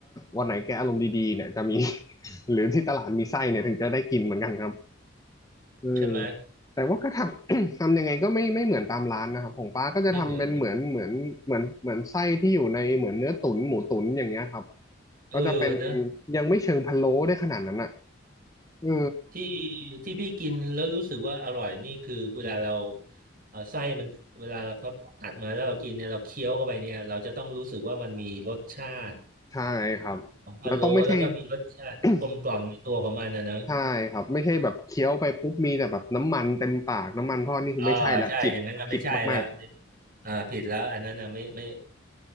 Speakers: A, on the left; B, on the right.
A: วันไหนแกอารมณ์ดีๆเนี่ยจะมี <laughs> หรือที่ตลาดมีไส้เนี่ยถึงจะได้กินเหมือนกันครับเออ
B: ใช่ไหม
A: แต่ว่าก็ทำ <coughs> ทำยังไงก็ไม่ไม่เหมือนตามร้านนะครับของป้าก็จะทำเป็นเหมือนเหมือนเหมือนเหมือนไส้ที่อยู่ในเหมือนเนื้อตุ๋นหมูตุ๋นอย่างเงี้ยครับ
B: ไม่เหมือนเออนะ
A: ก็จะเป็นยังไม่เชิงพะโล้ได้ขนาดนั้นอ่ะเออ
B: ที่ที่พี่กินแล้วรู้สึกว่าอร่อยนี่คือเวลาเราเอ่อไส้มันเวลาเขาตัดมาแล้วเรากินเนี่ยเราเคี้ยวเข้าไปเนี่ยเราจะต้องรู้สึกว่ามันมีรสชาติ
A: ใช่ครับแล้วต้องไม่ใช่
B: ของพะโล้แล้วก็มีรสชาติกลมกล่อมในตัวของมันนะเนอะ
A: <coughs> ใช่ครับไม่ใช่แบบเคี้ยวไปปุ๊บมีแต่แบบน้ำมันเต็มปากน้ำมันทอดนี่คือไม่ใช่ละผิดผิดมาก
B: อ่าใช่อย่างนั้นน่ะไม่ใช่ละไม่อ่าผิดแล้วอันนั้นนะไม่ไม่